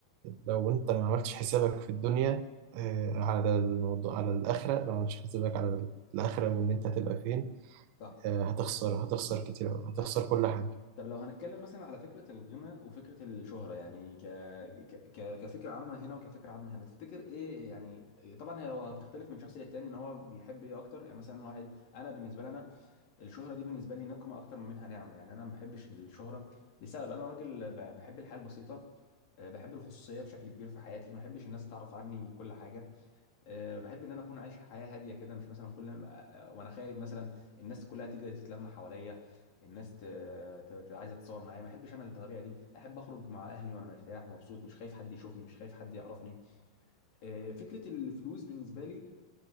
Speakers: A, on the right (about 85°); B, on the left (about 55°).
A: لو انت ما عملتش حسابك في الدنيا آه، على الموضوع على الآخرة لو ما عملتش حسابك على الآخرة وإن أنت هتبقى فين
B: صح
A: آه، هتخسر هتخسر كتير أوي هتخسر
B: صح
A: كل حاجة
B: طب لو هنتكلم مثلا على فكرة الغنى وفكرة الشهرة يعني ك... ك... ك- كفكرة عامة هنا وكفكرة عامة هنا تفتكر ايه يعني طبعا هي بتختلف من شخص للتاني ان هو بيحب ايه اكتر يعني مثلا واحد انا بالنسبة لي انا الشهرة دي بالنسبة لي نقمة اكتر ما منها نعمة يعني انا ما بحبش الشهرة لسبب انا راجل ب- بحب الحياة البسيطة أه، بحب الخصوصية بشكل كبير في حياتي ما بحبش الناس تعرف عني كل حاجة أه، بحب ان انا اكون عايش حياه هاديه كده مش مثلا كل ما- آه، وانا خارج مثلا الناس كلها تيجي تتلم حواليا الناس ت... ت... ت... عايزه تتصور معايا ما احبش انا الطريقه دي احب اخرج مع اهلي وانا مرتاح مبسوط مش خايف حد يشوفني مش خايف حد يعرفني أه، فكره الفلوس بالنسبه لي